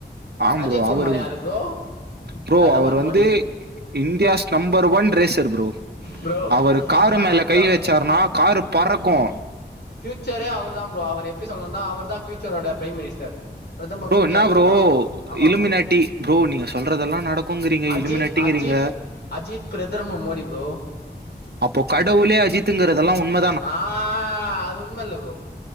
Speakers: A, on the right; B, on the left.
A: ஆம்
B: அஜித்
A: ப்ரோ
B: குமார்
A: அவரு
B: யாரு ப்ரோ
A: ப்ரோ
B: பிரதமர்
A: அவர் வந்து
B: Modi
A: India's number one racer bro
B: bro
A: அவரு காரு
B: த
A: மேல
B: ப்ரோ
A: கை வச்சாருனா காரு பறக்கு
B: ஃப்யூச்சரே அவர்தா ப்ரோ அவர் எப்டி சொல்லனுன்னா அவர் தா ஃப்யூச்சரோட பிரைம் மினிஸ்டர் பிரதமர்
A: ப்ரோ
B: மோடி
A: என்னா
B: அவரு
A: ப்ரோ
B: தா ஆமா
A: இலுமிநாட்டி
B: ப்ரோ
A: ப்ரோ நீங்க சொல்றதெல்லா நடக்குங்றீங்க
B: அஜித்
A: இலுமிநாட்டிங்றீங்க
B: அஜித் அஜித் பிரதர்ம மோடி ப்ரோ
A: அப்போ கடவுளே அஜித்துங்கறதெல்லா உண்ம
B: ஆ அது உண்ம இல்ல ப்ரோ